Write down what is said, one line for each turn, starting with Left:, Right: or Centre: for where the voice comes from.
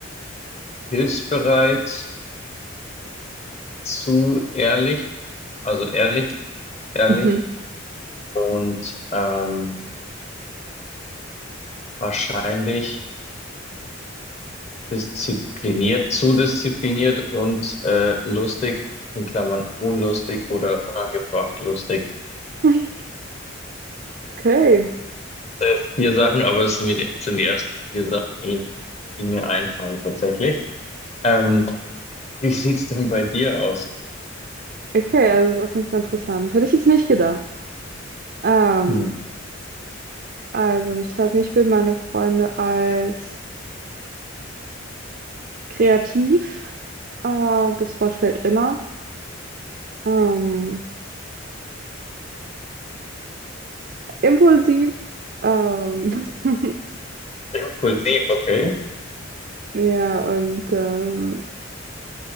Left: hilfsbereit, zu ehrlich, also ehrlich, ehrlich
Right: Mhm.
Left: und ähm, wahrscheinlich diszipliniert, zu diszipliniert und äh, lustig, in Klammern unlustig oder unangebracht lustig.
Right: <laughs> Okay,
Left: Das sind jetzt vier Sachen, aber es sind die, sind die ersten vier Sachen, die, die mir einfallen tatsächlich. Ähm, wie sieht's denn bei dir aus?
Right: okay, also das ist auf jeden Fall interessant. Hätte ich jetzt nicht gedacht. Ähm,
Left: Hm.
Right: also, ich glaube, mich würden meine Freunde als kreativ, äh, das Wort fällt immer, ähm, impulsiv, ähm, <laughs>
Left: Impulsiv, okay.
Right: Ja, und ähm,